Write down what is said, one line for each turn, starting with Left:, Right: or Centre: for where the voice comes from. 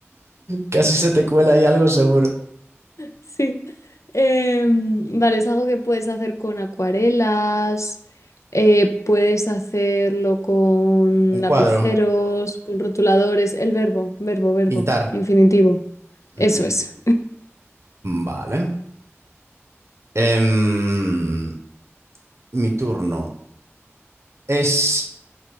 Right: Casi se te cuela ahí algo seguro.
Left: Sí. Em, vale, es algo que puedes hacer con acuarelas, eh, puedes hacerlo con
Right: Un cuadro,
Left: lapiceros, con rotuladores, el verbo, verbo, verbo,
Right: pintar.
Left: infinitivo. Eso
Right: Mm,
Left: es.
Right: Vale. Em, mi turno. Es